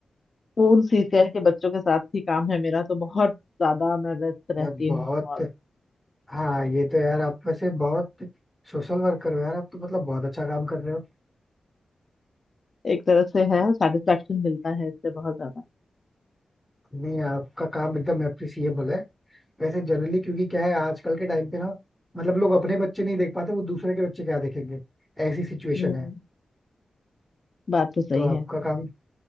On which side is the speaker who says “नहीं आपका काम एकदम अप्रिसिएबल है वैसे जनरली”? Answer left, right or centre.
Centre